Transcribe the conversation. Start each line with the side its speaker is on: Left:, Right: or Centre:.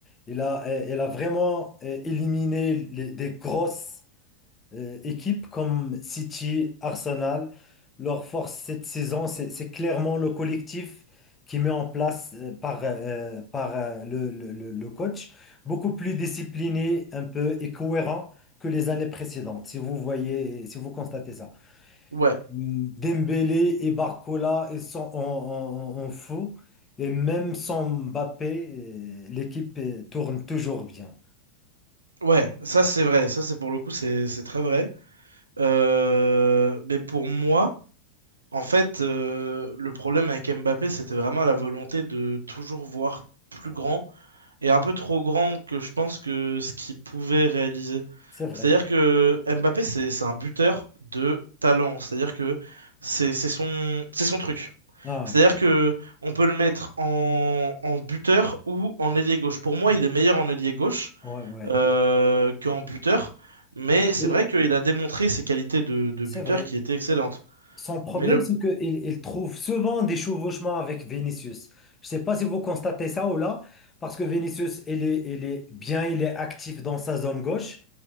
Left: Il a, elle a vraiment euh, éliminé les- des grosses euh, équipes comme City, Arsenal, leur force cette saison, c'est c'est clairement le collectif qui met en place euh, par, euh, par euh, le, le- le- le coach, beaucoup plus discipliné un peu et cohérent que les années précédentes, si vous voyez, si vous constatez ça.
Right: Ouais,
Left: Mm, Dembélé et Barcola, ils sont en, en- en- en fou. Et même sans Mbappé, euh, l'équipe euh, tourne toujours bien.
Right: ouais, ça c'est vrai, ça c'est pour le coup, c'est c'est très vrai. Euh, mais pour moi, en fait, euh, le problème avec Mbappé, c'était vraiment la volonté de toujours voir plus
Left: Ah,
Right: grand et un peu trop grand que je pense que ce qu'il pouvait réaliser.
Left: C'est vrai.
Right: C'est-à-dire que Mbappé, c'est c'est un buteur de talent, c'est-à-dire que c'est c'est son, c'est son truc.
Left: Ah,
Right: C'est-à-dire que on peut le mettre en, en buteur ou en ailier gauche. Pour moi,
Left: ouais.
Right: il est meilleur en ailier gauche
Left: Ouais,
Right: euh, qu'en buteur, mais
Left: ouais.
Right: c'est vrai qu'il a démontré ses qualités de, de
Left: C'est
Right: buteur
Left: vrai.
Right: qui étaient excellentes.
Left: Son problème,
Right: Mais le
Left: c'est qu'il il trouve souvent des chevauchements avec Vinicius. Je ne sais pas si vous constatez ça ou là, parce que Vinicius, il est, il est bien, il est actif dans sa zone gauche,